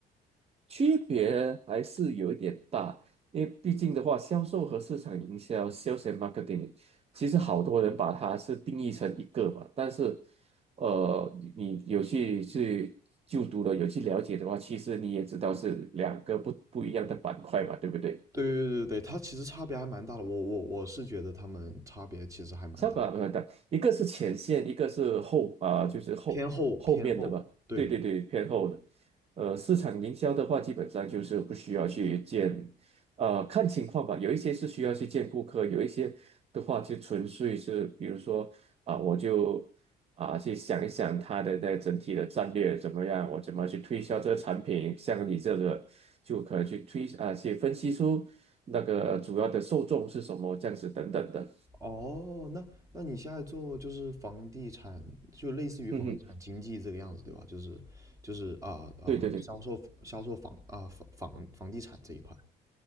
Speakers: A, on the right; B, on the right.
A: 区别还是有一点大，因为毕竟的话，销售和市场营销 （sales and marketing） 其实好多人把它是定义成一个嘛，但是，呃，你你有去去就读了，有去了解的话，其实你也知道是两个不不一样的板块嘛，对不对？
B: 对对对对，它其实差别还蛮大的，我我我是觉得他们差别其实还蛮大，
A: 三把轮带，一个是前线，一个是后啊、就是后后面的吧。
B: 偏后偏后，对。
A: 对对对，偏后的。呃，市场营销的话，基本上就是不需要去见，呃，看情况吧。有一些是需要去见顾客，有一些的话就纯粹是，比如说啊、我就啊、去想一想他的那整体的战略怎么样，我怎么去推销这个产品。像你这个，就可能去推啊、去分析出那个主要的受众是什么，这样子等等的。
B: 哦，那那你现在做就是房地产，就类似于房地产经济这个样子，
A: 嗯哼。
B: 对吧？就是就是啊啊，
A: 对对对
B: 销售销售房啊房房房地产这一块。